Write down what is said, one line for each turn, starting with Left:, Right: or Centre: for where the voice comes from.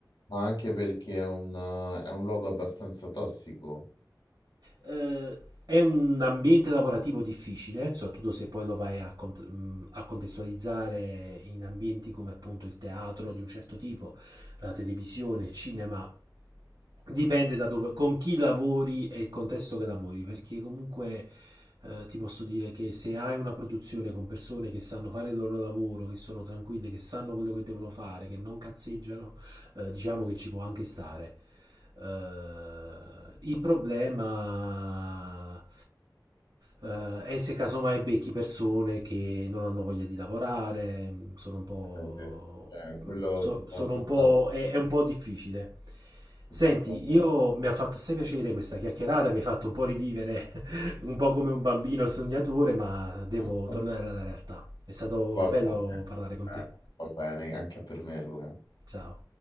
Left: ma anche perché è un, eh, è un luogo abbastanza tossico.
Right: Eh, è un ambiente lavorativo difficile, soprattutto se poi lo vai a, cont- mh, a contestualizzare in ambienti come appunto il teatro di un certo tipo, la televisione, il cinema. Dipende da dove, con chi lavori e il contesto che lavori, perché comunque eh, ti posso dire che se hai una produzione con persone che sanno fare il loro lavoro, che sono tranquille, che sanno quello che devono fare, che non cazzeggiano, eh, diciamo che ci può anche stare. Eh, il problema eh, è se casomai becchi persone che non hanno voglia di lavorare, sono un po'...
Left: è vero. Cioè, quello
Right: so-
Left: ti
Right: sono
Left: fa passare...
Right: un po' è, è un po' difficile.
Left: Ti
Right: Senti,
Left: fa passare.
Right: io mi ha fatto assai piacere questa chiacchierata, mi ha fatto un po' rivivere, <laughs> un po' come un bambino sognatore, ma devo
Left: <laughs>
Right: tornare alla realtà. È stato
Left: Va
Right: bello
Left: bene,
Right: parlare con te.
Left: eh, va bene, anche per me, Luca.
Right: Ciao.